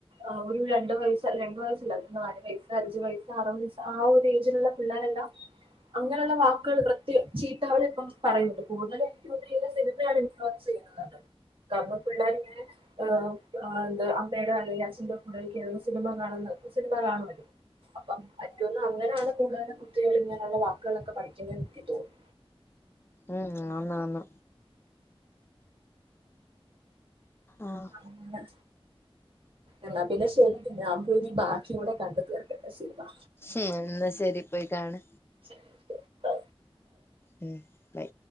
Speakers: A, on the right (about 60°); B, on the left (about 25°).
A: അഹ്‌ ഒരു രണ്ടു വയസ് രണ്ട വയസല്ല നാല് വയസ്സ് അഞ്ചു വയസ്സ് അറു വയസ് ആ ഒരു ഏജിലുള്ള പിള്ളേരുണ്ടോ അങ്ങനെയുള്ള വാക്കുകൾ വൃത്തിയ ചീത്തകള ഇപ്പം പറയുന്നുണ്ട് കൂടുതലും എനിക്ക് തോന്ന സിനിമയാണ് <unintelligible> കമ്മ പിള്ളേരിങ്ങനെ എാ എന്താ അമ്മയുടെ അല്ലെങ്കിൽ അച്ഛന്റെ കൂടെ ഒക്ക സിനിമ കാണുന്നത് സിനിമ കാണുവും അപ്പം പറ്റോന്നും അങ്ങനെയാണ് കൂടുതലെ കുട്ടകൾ ഇങ്ങനെയുള്ള വാക്കുകളൊക്കെ പഠിക്കുന്ന എറ്റി തോന്നുന്നു
B: ഉംഹ് ആന്ന് ആന്ന് ആഹ്
A: പി എന്ന പിന്നെ ശെരി ന്നാ പോയി ബാക്കിയ കൂടെ കണ്ട് തീർക്കട്ടെ ശിവാ
B: ശേ എന്നാ ശരി പോയി കാണ്
A: ശരി ആ
B: മ്മ് ബൈ